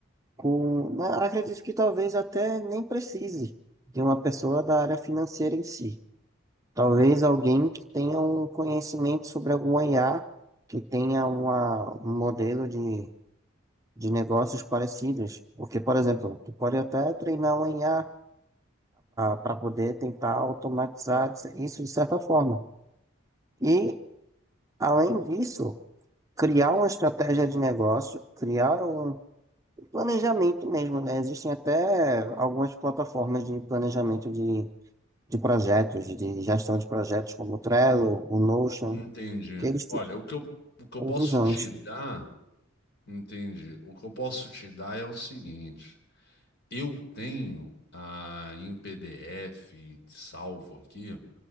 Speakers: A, on the right; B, on the left.
A: com, né, acredito que talvez até nem precise de uma pessoa da área financeira em si. Talvez alguém que tenha um conhecimento sobre algum IA, que tenha uma, um modelo de, de negócios parecidos. Porque, por exemplo, tu pode até treinar um IA para poder tentar automatizar isso de certa forma. E Além disso, criar uma estratégia de negócio, criar um planejamento mesmo, né? Existem até algumas plataformas de planejamento de, de projetos, de gestão de projetos, como o Trello, o Notion,
B: Entendi.
A: que eles têm
B: Olha, o que eu, o que eu posso
A: visões.
B: te dar, entendi. O que eu posso te dar é o seguinte: eu tenho ah, em PDF salvo aqui